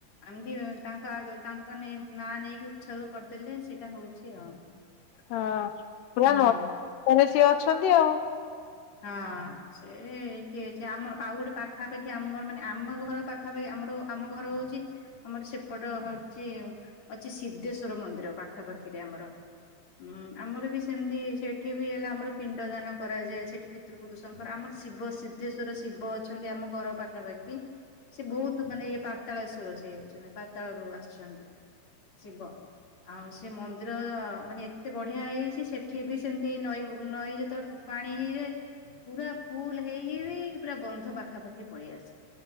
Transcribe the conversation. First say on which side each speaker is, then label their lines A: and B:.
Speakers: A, on the left (about 40°); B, on the left (about 75°).
A: ଏମିତି ତାଙ୍କ ଆଗ ତାଙ୍କ ନେଇ ନା ନେଇକି ଉଚ୍ଛବ କରିଦେଲେ ସେଇଟା ହଉଛି ଆଉ।
B: ହଁ ପୁରା
A: ହୁଁ
B: ମର୍ତ୍ତ୍ୟରେ ସିଏ ଅଛନ୍ତି ଆଉ।
A: ହଁ ସେଠି ଅଛି ଆମର ଆଉ ଗୋଟେ ପାଖାପାଖି ଆମର ମାନେ ଆମ ଘର ପାଖାପାଖି ଆମର ଆମ ଘର ହଉଛି ଆମର ସେପଟ ହଉଛି। ଅଛି ସିଦ୍ଧେଶ୍ଵର ମନ୍ଦିର ପାଖା ପାଖିରେ ଆମର। ହୁଁ ଆମର ବି ସେମିତି ସେଠି ବି ହେଲା ଆମର ପିଣ୍ଡ ଦାନ କରାଯାଏ ସେଠି ପିତୃପୁରୁଷଙ୍କର ଆମର ଶିବ ସିଦ୍ଧେଶ୍ଵର ଶିବ ଅଛନ୍ତି ଆମ ଘର ପାଖାପାଖି ସେ ବହୁତ ମାନେ ଇଏ ପାତାଳେଶ୍ଵର ସିଏ ସେନ ପାତାଳ ରୁ ଆସିଛନ୍ତି। ଶିବ। ଆଉ ସେ ମନ୍ଦିର ମାନେ ଏତେ ବଢ଼ିଆ ହେଇଛି ସେଠି ବି ସେମିତି ଏ ନଈ ନଈ ଯେତେବେଳେ ପାଣି ହେଇଯାଏ ପୁରା ଫୁଲ ହେଇକି ବି ପୁରା ବନ୍ଧ ପାଖାପାଖି ପଳେଇ ଆସେ।